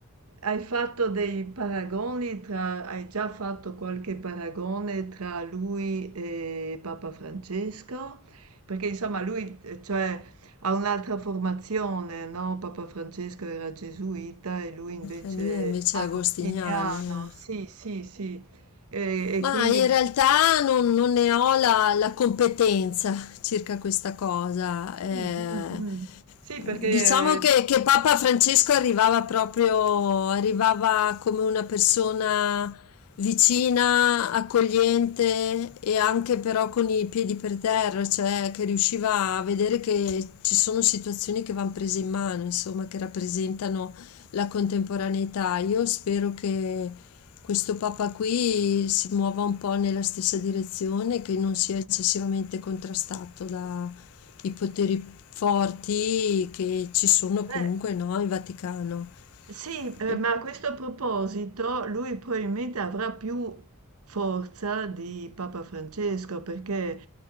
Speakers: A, on the right; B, on the left.
A: hai fatto dei paragoni tra, hai già fatto qualche paragone tra lui e Papa Francesco? Perché insomma lui, eh, cioè... Ha un'altra formazione, no? Papa Francesco era gesuita e lui invece
B: e lui è invece
A: agostiniano,
B: agostiniani. eh.
A: sì, sì, sì. E, e
B: Ma
A: quindi...
B: in realtà non, non ne ho la, la competenza circa questa cosa. eh.
A: Mm, mm, mm. Sì,
B: Diciamo
A: perché...
B: che, che Papa Francesco arrivava proprio, arrivava come una persona vicina, accogliente e anche però con i piedi per terra, cioè che riusciva a vedere che ci sono situazioni che vanno prese in mano, insomma, che rappresentano la contemporaneità. Io spero che questo Papa qui si muova un po' nella stessa direzione, che non sia eccessivamente contrastato da i poteri forti che ci sono comunque
A: eh,
B: no, in Vaticano.
A: Sì, eh,
B: E-
A: ma a questo proposito lui probabilmente avrà più forza di Papa Francesco, perché